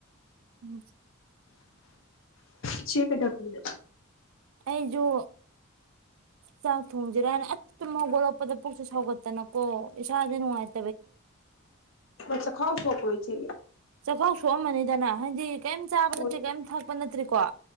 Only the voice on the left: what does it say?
ꯆꯦ ꯀꯦꯝ
ꯑꯆꯥ ꯈꯥꯎ ꯁꯣ ꯋꯥꯄꯔꯣꯏ ꯁꯤ
ꯍꯣꯏ